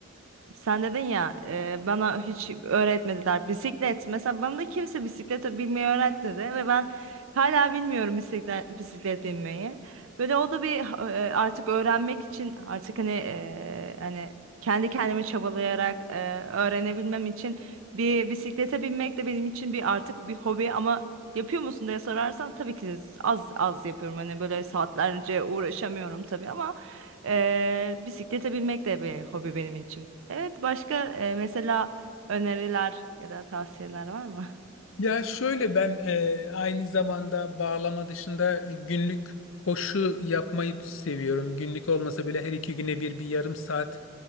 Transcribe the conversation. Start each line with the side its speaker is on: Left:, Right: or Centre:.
Right: sen dedin ya e, bana hiç öğretmediler bisiklet. Mesela bana da kimse bisiklete binmeyi öğretmedi ve ben hala bilmiyorum bisiklet, bisiklet binmeyi. Böyle o da bir e, artık öğrenmek için artık hani e, hani kendi kendimi çabalayarak e, öğrenebilmem için bir bisiklete binmek de benim için bir artık bir hobi ama yapıyor musun diye sorarsan tabii ki az az yapıyorum. Hani böyle saatlerce uğraşamıyorum tabii ama Eee, bisiklete binmek de bir hobi benim için. Evet, başka eee, mesela öneriler ya da tavsiyeler var mı?
Left: Ya şöyle ben e, aynı zamanda bağlama dışında günlük koşu yapmayı seviyorum. Günlük olmasa bile her iki güne bir bir yarım saat